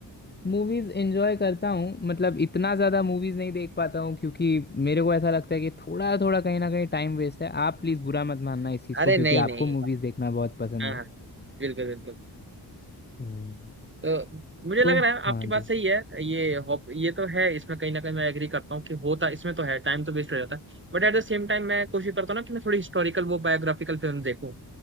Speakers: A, on the left (about 25°); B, on the right (about 30°).
A: मूवीज एंजॉय करता हूँ मतलब इतना ज़्यादा मूवीज नहीं देख पाता हूँ क्योंकि मेरे को ऐसा लगता है कि थोड़ा थोड़ा कहीं ना कहीं टाइम वेस्ट है आप प्लीज़ बुरा मत मानना इस चीज़
B: अरे
A: को क्योंकि
B: नहीं नहीं
A: आपको मूवीज देखना बहुत पसंद
B: हाँ
A: है
B: बिल्कुल बिल्कुल
A: हम्म,
B: तो मुझे
A: तो
B: लग रहा है आपकी
A: हाँ
B: बात
A: जी
B: सही है ये हॉब ये तो है इसमें कहीं ना कहीं मैं एग्री करता हूँ कि होता इसमें तो है टाइम तो वेस्ट हो जाता है But at the same time मैं कोशिश करता हूँ ना कि मैं थोड़ी हिस्टोरिकल वो बायोग्राफिकल फिल्म देखूँ